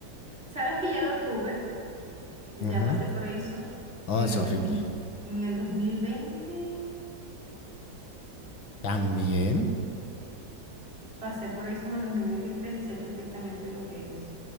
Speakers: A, on the right (about 30°); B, on the left (about 80°).
A: sabes que ya lo tuve, ya
B: Ujú.
A: pasé por eso
B: Oh,
A: en
B: es
A: el,
B: horrible.
A: dos- en el dos mil veintitrés
B: ¿También?
A: Pasé por eso en el 2023 y sé perfectamente lo que es.